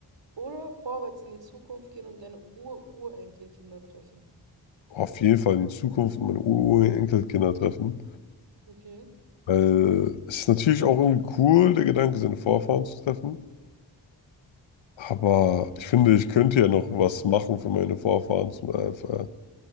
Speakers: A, on the right; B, on the left.
A: oder vorwärts in die Zukunft gehen und deine Ur-Urenkelkinder treffen?
B: Auf jeden Fall in die Zukunft und meine Ur- Urenkelkinder treffen.
A: Okay.
B: Weil es ist natürlich auch irgendwie cool, der Gedanke, seine Vorfahren zu treffen. Aber ich finde, ich könnte ja noch was machen für meine Vorfahren, zum, äh, für,